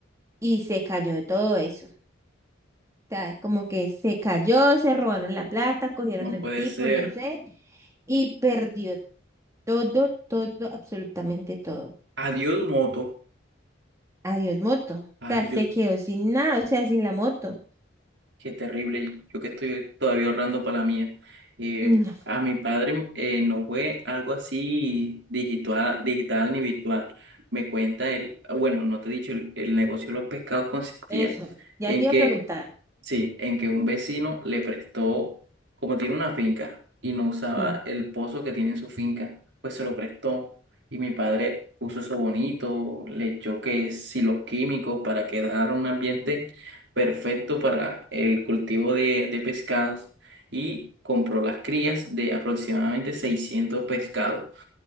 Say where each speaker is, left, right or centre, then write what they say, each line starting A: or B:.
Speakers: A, on the right; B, on the right.
A: y se cayó de todo eso. O sea, como que se cayó, se robaron la plata, cogieron
B: no
A: al
B: puede
A: tipo,
B: ser.
A: no sé, y perdió todo, todo, absolutamente todo.
B: Adiós, moto.
A: Adiós, moto.
B: Ah,
A: O sea, se
B: yo,
A: quedó sin nada, o sea, sin la moto.
B: qué terrible. Yo que estoy todavía ahorrando para la mía. Eh,
A: No,
B: a mi padre eh, no fue algo así digital, digital ni virtual. Me cuenta él, ah, bueno, no te he dicho, el, el negocio de los pescados consistía
A: eso. Ya
B: en
A: te iba
B: que
A: a preguntar.
B: Sí, en que un vecino le prestó, como tiene una finca y no usaba
A: Sí,
B: el pozo que tiene en su finca, pues se lo prestó. Y mi padre puso eso bonito, le echó que si los químicos para quedar un ambiente perfecto para el cultivo de, de pescados y compró las crías de aproximadamente 600 pescados,